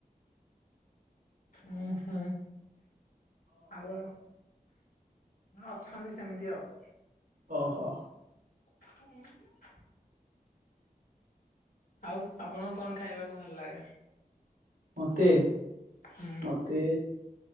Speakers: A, on the left; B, on the right.
A: ଉଁ ହୁଁ ଆଉ। ଅଛନ୍ତି ସେମିତି ଆଉ।
B: ଓହୋ।
A: <unintelligible> ଆଉ ଆପଣଙ୍କୁ କଣ ଖାଇବାକୁ ଭଲ ଲାଗେ?
B: ମୋତେ
A: ହୁଁ।
B: ମ ତେ